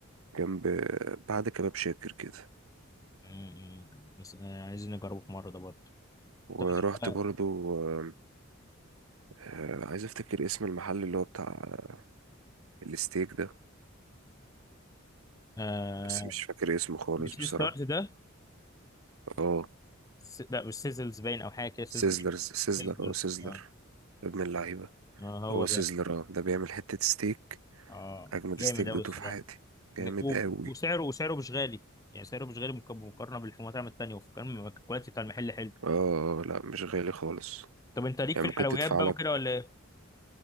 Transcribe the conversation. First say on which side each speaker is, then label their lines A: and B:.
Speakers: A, on the right (about 80°); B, on the left (about 15°).
A: جنب بعد كباب شاكر كده
B: أمم. بس آه، عايزين نجربه في مره ده برضه
A: ورحت
B: طب انت بقى،
A: برضو آه، آه، عايز افتكر اسم المحل اللي هو بتاع الستيك ده
B: آه...
A: بس مش فاكر اسمه خالص
B: مش
A: بصراحة
B: ستارت ده
A: اه
B: س... لا مش سيزلز باين او حاجه كده سيزلز
A: سيزلر سيزلر
B: سيزلز
A: اه سيزلر
B: اه
A: ابن اللعيبة
B: اه هو
A: هو سيزلر
B: ده
A: اه ده بيعمل حتة ستيك
B: اه
A: اجمد
B: جامد
A: ستيك
B: قوي
A: دوته
B: الصراحه
A: في حياتي جامد
B: و-
A: قوي
B: وسعره وسعره مش غالي يعني سعره مش غالي مك- مقارنه بالمطاعم التانيه وكان الكواليتي بتاع المحل حلو
A: اه آه، لا مش غالي خالص
B: طب انت ليك
A: يعني
B: في
A: ممكن
B: الحلويات
A: تدفع
B: بقى
A: لك
B: وكده ولا ايه